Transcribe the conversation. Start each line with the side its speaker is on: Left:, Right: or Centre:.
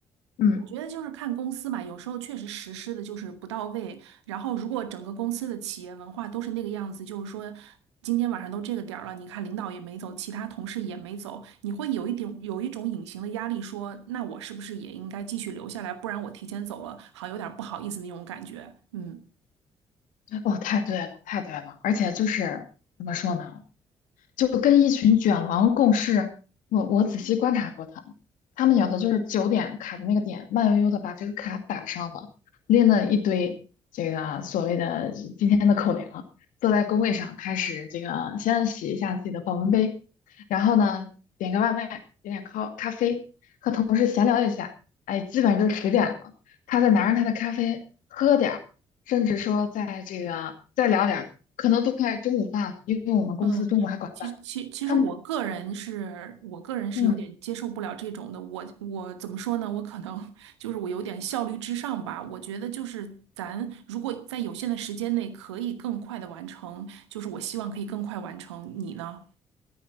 Left: 嗯，
Right: 我觉得就是看公司吧，有时候确实实施的就是不到位。然后，如果整个公司的企业文化都是那个样子，就是说今天晚上都这个点儿了，你看领导也没走，其他同事也没走，你会有一点有一种隐形的压力说，那我是不是也应该继续留下来，不然我提前走了，好有点儿不好意思那种感觉。嗯。
Left: 哦，太对了，太对了。而且就是怎么说呢？就跟一群卷王共事。我我仔细观察过他们，他们有的就是九点卡的那个点，慢悠悠的把这个卡打上了，拎了一堆这个所谓的今天的口粮，坐在工位上开始这个先洗一下自己的保温杯，然后呢点个外卖，点点咖咖啡，和同事闲聊一下，哎，基本上就十点了。他再拿着他的咖啡喝点儿，甚至说在这个再聊点儿，可能都快中午饭了，因为我们公司中午还管饭。
Right: 嗯，其其其实我个人是我个人是有点接受不了这种的。
Left: 他们，嗯，
Right: 我我怎么说呢？我可能 <laughs> 就是我有点效率至上吧。我觉得就是咱如果在有限的时间内可以更快的完成，就是我希望可以更快完成。你呢？